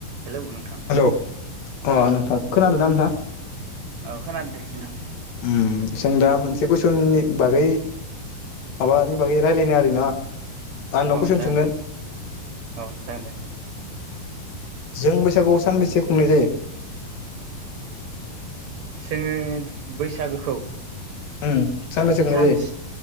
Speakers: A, on the right (about 65°); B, on the left (about 75°).
A: Hello नोंथां
B: hello अ नोंथां खोनादों ना नोंथां?
A: औ खोनादों दे नोंथां
B: हम जों दा मोनसे कुइसननि बागै आबा नि बागै रायलायनि आरो ना? आं नोंखौ
A: अ
B: कुइसन
A: जागोन
B: सोंगोन
A: दे नोंथां अ जागोन दे
B: जों बैसागु सानबेसे खुंनाय जायो।
A: जोङो बैसागोखौ
B: उम सानबेसे खुंनाय
A: सान्स
B: जायो?